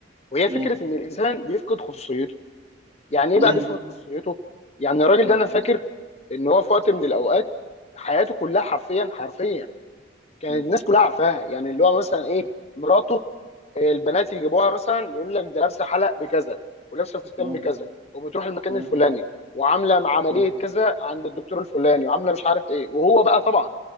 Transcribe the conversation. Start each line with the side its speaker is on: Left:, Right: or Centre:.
Left: وهي
Right: م-
Left: فكره ان الانسان بيفقد خصوصيته يعني
Right: م-
Left: ايه بقى بيفقد خصوصيته يعني الراجل
Right: م-
Left: ده انا فاكر ان هو في وقت من الاوقات حياته كلها حرفيا حرفيا كانت
Right: م-
Left: الناس كلها عارفاها يعني اللي هو مثلا
Right: م-
Left: ايه مراته آه، البنات يجيبوها مثلا يقول لك ده لابسه حلق بكذا ولابسه فستان
Right: م-
Left: بكذا وبتروح المكان
Right: م-
Left: الفلاني وعامله عمليه
Right: م-
Left: كذا عند الدكتور الفلاني وعامله مش عارف ايه وهو بقى طبعا